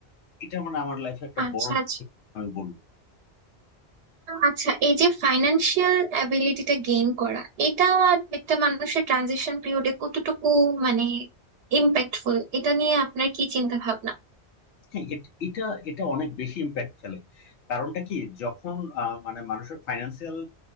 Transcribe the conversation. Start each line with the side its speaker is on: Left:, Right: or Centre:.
Left: এটা মানে আমার লাইফে একটা
Right: আচ্ছা
Left: বড়
Right: আচ্ছা
Left: <laughs> আমি বলবো
Right: আচ্ছা এই যে ফাইন্যান্সিয়াল অ্যাবিলিটিটা গেইন করা এটা একটা মানুষের ট্রানজিশন পিরিয়ডে কতটুকু মানে ইম্প্যাক্টফুল এটা নিয়ে আপনার কি চিন্তা ভাবনা
Left: হ্যাঁ এট- এটা এটা অনেক বেশি ইম্প্যাক্ট ফেলে কারণটা কি যখন আহ, মানে মানুষের ফাইন্যান্সিয়াল